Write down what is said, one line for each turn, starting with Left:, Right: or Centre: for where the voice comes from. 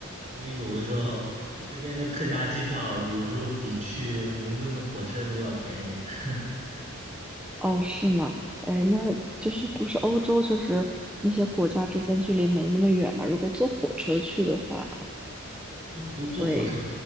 Right: 因为有的时候这边的特价机票有的时候比去伦敦的火车都要便宜，<laughs>
Centre: 哦，是吗？哎，那就是不是欧洲，就是那些国家之间距离没那么远嘛？如果坐火车去的话，
Right: 就火坐火车
Centre: 会